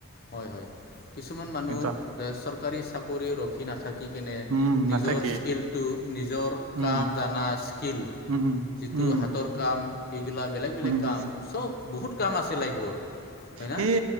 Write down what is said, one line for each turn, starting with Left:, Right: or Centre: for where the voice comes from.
Left: হয় হয় কিছুমান মানুহ
Right: কিন্তু
Left: এ চৰকাৰী চাকৰি ৰখি নাথাক কি কেনে
Right: উম নাথাকে
Left: নিজৰ স্কিলটো নিজৰ কাম
Right: উম
Left: জনা স্কিল
Right: উম
Left: যিটো
Right: উম
Left: হাতৰ কাম এইগিলা বেলেগ বেলেগ
Right: উম
Left: কাম চব বহুত কাম আছে লাইফত হয়না
Right: সেই